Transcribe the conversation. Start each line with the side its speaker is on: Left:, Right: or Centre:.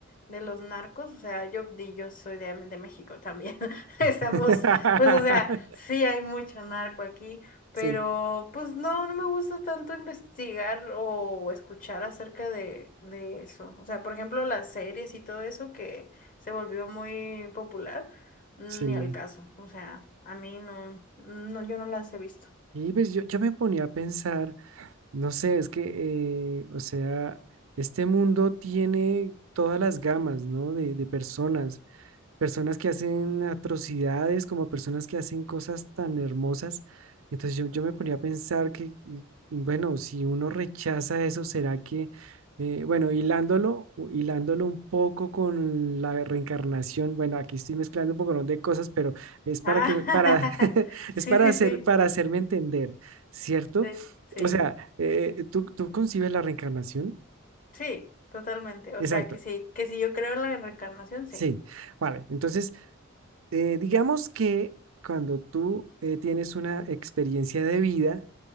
Left: de los narcos, o sea, yo, y yo soy de, de México también, <laughs> estamos,
Right: <laughs>
Left: pues o sea, sí hay mucho narco aquí, pero
Right: Sí,
Left: pues no, no me gusta tanto investigar o escuchar acerca de, de eso, o sea, por ejemplo, las series y todo eso que se volvió muy popular. Ni
Right: sí.
Left: al caso, o sea, a mí no, no, yo no las he visto.
Right: Y pues yo, yo me ponía a pensar, no sé, es que, eh, o sea, este mundo tiene todas las gamas, ¿no? De, de personas personas que hacen atrocidades, como personas que hacen cosas tan hermosas. Entonces yo, yo me ponía a pensar que, mm, bueno, si uno rechaza eso, ¿será que, eh, bueno, hilándolo, u- hilándolo un poco con la reencarnación, bueno, aquí estoy mezclando un poco ¿no? de cosas, pero es para
Left: Ah,
Right: que, me- para, <laughs>
Left: <laughs> sí,
Right: es para
Left: sí,
Right: hacer,
Left: sí,
Right: para hacerme entender, ¿cierto?
Left: sí, sí,
Right: O sea, eh, eh, ¿tú, tú concibes la reencarnación?
Left: sí, totalmente. O
Right: Exacto,
Left: sea, que sí, que si yo creo en la reencarnación, sí.
Right: sí. Vale, entonces eh, digamos que cuando tú eh, tienes una experiencia de vida,